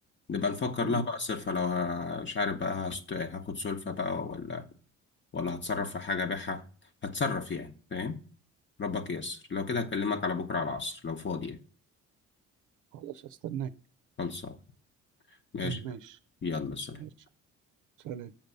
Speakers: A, on the left; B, on the right.
A: نبقى نفكر
B: مم.
A: لها بقى صرفة لو ه- مش عارف بقى هست- هاخد سلفة بقى ولا ولا هتصرف في حاجة أبيعها هتصرف يعني فاهم ربك ييسر لو كده هكلمك على بكرة على العصر لو فاضي يعني.
B: خلاص استناك
A: خلصان ماشي
B: ماشي
A: يلا سلام
B: ماشي سلام